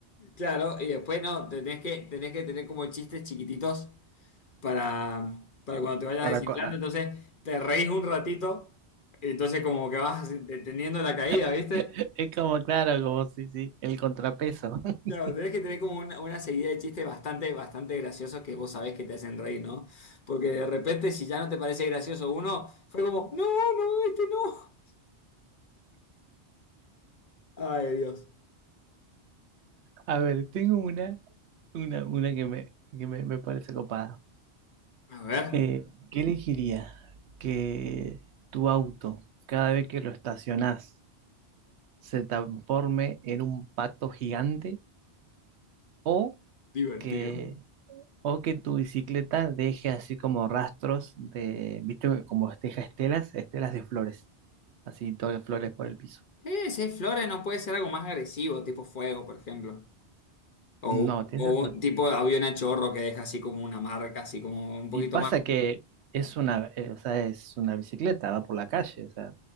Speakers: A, on the left (about 55°); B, on the right (about 75°).
A: Claro, y después no, tenés que, tenés que tener como chistes chiquititos para, para cuando te vayas
B: Para
A: desinflando.
B: co- ah,
A: Entonces, te reís un ratito, y entonces como que vas deteniendo la caída,
B: <laughs>
A: ¿viste?
B: Es como, claro, como sí, sí, el contrapeso. <laughs>
A: Claro, tenés que tener como una, una seguida de chistes bastante, bastante graciosos que vos sabés que te hacen reír, ¿no? Porque de repente, si ya no te parece gracioso uno, fue como, no, no, este no. Ay, Dios.
B: A ver, tengo una, una, una que me, que me, me parece copada.
A: A ver,
B: Eh, ¿qué elegiría? Que tu auto, cada vez que lo estacionás, se transforme en un pato gigante o
A: divertido.
B: que o que tu bicicleta deje así como rastros de, viste, como deja estelas, estelas de flores, así todas las flores por el piso.
A: Eh, si es flores, no puede ser algo más agresivo, tipo fuego, por ejemplo. O,
B: No, tienes
A: o
B: razón.
A: un tipo de avión a chorro que deja así como una marca, así como un poquito
B: Y pasa
A: más.
B: que es una, eh, o sea, es una bicicleta, va por la calle, o sea.